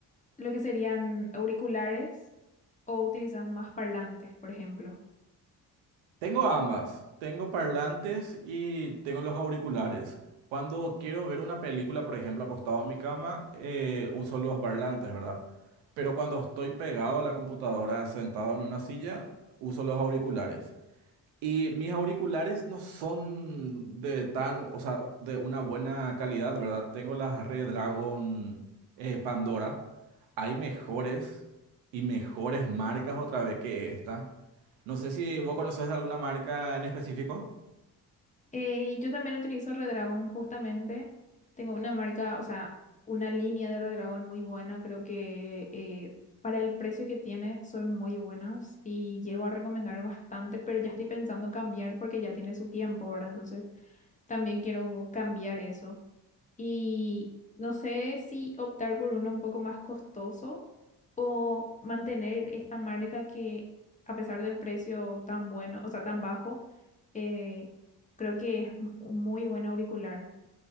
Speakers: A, on the left; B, on the right.
A: lo que serían auriculares o utilizas más parlantes, por ejemplo.
B: Tengo ambas. Tengo parlantes y tengo los auriculares. Cuando quiero ver una película, por ejemplo, acostado en mi cama, eh, uso los parlantes, ¿verdad? Pero cuando estoy pegado a la computadora, sentado en una silla, uso los auriculares. Y mis auriculares no son de tan, o sea, de una buena calidad, ¿verdad? Tengo las Redragon eh, Pandora. Hay mejores y mejores marcas otra vez que esta. No sé si vos conoces alguna marca en específico.
A: Eh, yo también utilizo Redragon, justamente. Tengo una marca, o sea, una línea de Redragon muy buena. Creo que eh, para el precio que tiene son muy buenas y llego a recomendar bastante, pero ya estoy pensando cambiar porque ya tiene su tiempo, ¿verdad? Entonces también quiero cambiar eso. Y no sé si optar por uno un poco más costoso o mantener esta marca que a pesar del precio tan bueno, o sea, tan bajo, eh, creo que es un un muy buen auricular.